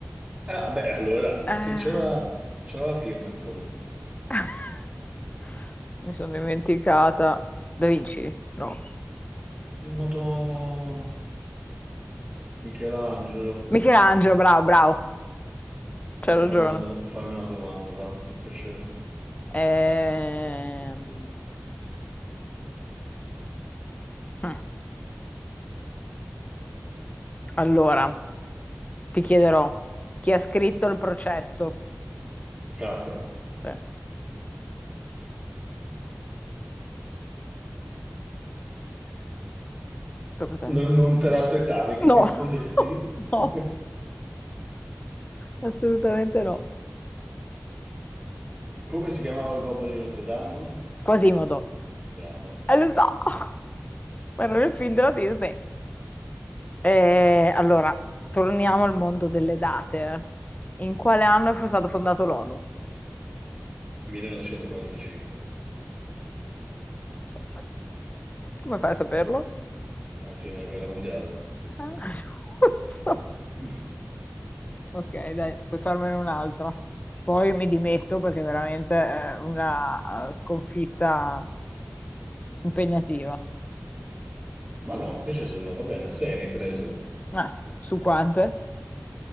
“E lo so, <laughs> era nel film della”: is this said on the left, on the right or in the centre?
Left